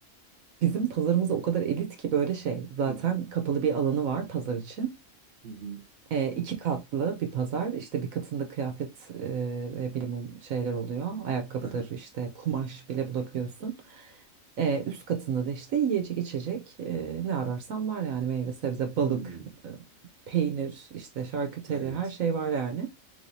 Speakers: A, on the right; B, on the right.
A: bizim pazarımız o kadar elit ki böyle şey zaten
B: Hı hı,
A: kapalı bir alanı var pazar için.
B: hı
A: E, iki katlı bir pazar işte bir katında kıyafet e, ve bilimum şeyler oluyor. Ayakkabıdır
B: hı.
A: işte
B: <laughs>
A: kumaş bile bulabiliyorsun. E, üst katında da işte yiyecek içecek e, ne ararsan var yani meyve sebze
B: Hmm,
A: balık e, peynir işte şarküteri
B: evet.
A: her şey var yani.